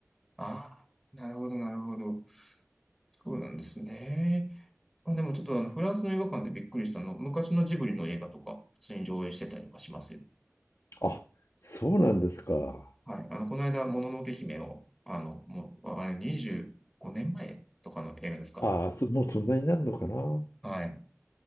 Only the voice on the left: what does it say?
あ、そうなんですか。
ああ、そもうそんなになるのかな。